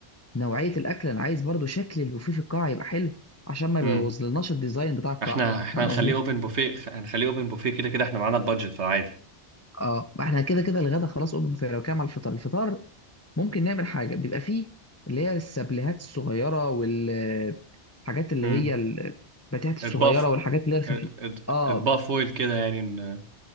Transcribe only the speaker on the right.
امم
احنا احنا
هنخليه
اوبن بوفيه هنخليه اوبن بوفيه كده كده احنا معانا البادجت في العادي
امم
اطباق ف-
اط- اط-
اطباق فويل كده يعني إن...